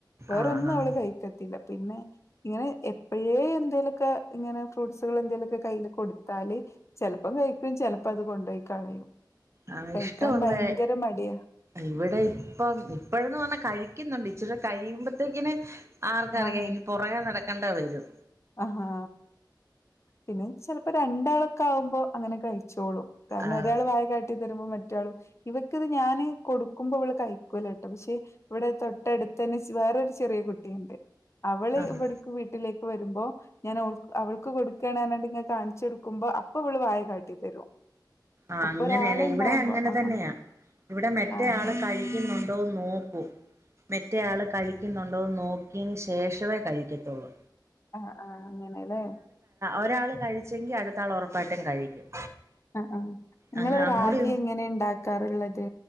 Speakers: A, on the left; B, on the right.
A: വേറൊന്നും
B: ആഹ് ആഹ്
A: അവള് കഴിക്കത്തില്ല പിന്നെ ഇങ്ങനെ എപ്പഴേ എന്തേലൊക്കെ ഇങ്ങനെ ഫ്രൂട്ട്സുകൾ എന്തേലുവൊക്ക കൈയില് കൊടുത്താല് ചിലപ്പം കഴിക്കും ചിലപ്പോ അത് കൊണ്ടുപോയി കളയും
B: ആഹ്
A: കഴിക്കാൻ
B: ഇഷ്ടമുള്ള
A: ഭയങ്കര മടിയാ
B: ഇവിടെ ഇപ്പം ഇപ്പോഴെന്ന് പറഞ്ഞാ കഴിക്കുന്നുണ്ട് ഇച്ചിരി കഴിയുമ്പോത്തേക്കിന് ആർക്ക് അറിയാം
A: ആഹ്
B: ഇനി പുറകെ നടക്കേണ്ട വരും
A: ആഹാ പിന്നെ ചിലപ്പോ രണ്ടാളൊക്കെ ആവുമ്പോ അങ്ങനെ കഴി ച്ചോളും കാരണം
B: ആഹ്
A: ഒരാൾ വാരി കയി കാട്ടി തരുമ്പോ മറ്റാളും ഇവക്ക് അത് ഞാന് കൊടുക്കുമ്പോ അവള് കഴിക്കൂല പക്ഷേ ഇവിടെ തൊട്ടടുത്ത് തന്നെ വേറൊരു ചെറിയ കുട്ടിയുണ്ട് അവള്
B: ആഹ്
A: ഇവിട് വീട്ടിലേക്ക് വരുമ്പോ ഞാൻ അവൾക്ക് കൊടുക്കാനാന്ന് പറഞ്ഞിട്ട് ഇങ്ങനെ കാണിച്ചു കൊടുക് കൊടുക്കുമ്പോ അപ്പോ ഇവള് വായ കാട്ടി തരും
B: ആഹ്
A: ഒപ്പം
B: അങ്ങനെയല്ലേ
A: ഒരാളുണ്ടാവുമ്പോ
B: ഇവിടെ അങ്ങനെ
A: ആഹ്
B: തന്നെയാ ഇവിടെ മറ്റേ
A: ആഹ്
B: ആള്
A: ആഹ് അതെ
B: കഴിക്കുന്നു ണ്ടോ എന്ന് നോക്കും മറ്റേ ആള് കഴിക്കുന്നുണ്ടോന്ന് നോക്കിയതിന് ശേഷമേ കഴിക്കത്തുള്ളൂ
A: ആഹ് ആഹ് അങ്ങനെല്ലേ
B: ഒരാൾള് കഴിച്ചെങ്കി അടുത്താള് ഉറപ്പായിട്ടും കഴിക്കും
A: ആഹ് ആഹ് നിങ്ങള്
B: അങ്ങ് അങ്ങോട്ട്
A: റാഗി എങ്ങനെ ഉണ്ടാക്കാറുള്ളത്